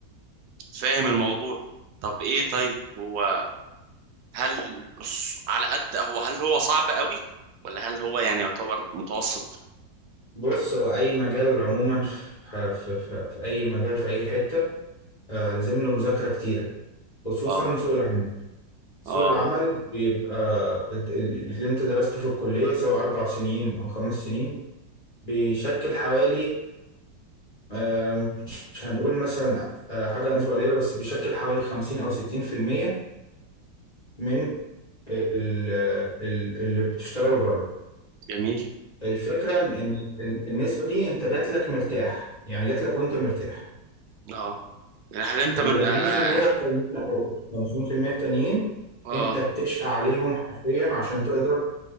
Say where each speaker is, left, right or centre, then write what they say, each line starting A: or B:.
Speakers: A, on the right; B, on the left.
A: فاهم الموضوع طب ايه طيب هو هل الص- على قد هو هل هو صعب قوي ولا هل هو يعني يعتبر متوسط
B: بص هو أي مجال عموما في, في, في, في أي مجال في أي حتة آه لازم له مذاكرة كتيرة خصوصا
A: اه
B: سوق العمل سوق
A: اه
B: العمل بيبقى ال- ال- اللي أنت درسته في الكلية سواء أربع سنين أو خمس سنين بيشكل حوالي آه مش هنقول مثلا آه حاجة نسبة قليلة بس بيشكل حوالي خمسين أو ستين في المية من ال- ال- اللي بتشتغله بره
A: جميل
B: الفكرة إن إن ال- النسبة دي أنت جات لك مرتاح يعني جات لك وأنت مرتاح
A: اه يعني هل انت
B: ال
A: من
B: 40%
A: اه, آه.
B: التانيين او 50% التانيين
A: آه،
B: انت بتشقى عليهم حرفيا عشان تقدر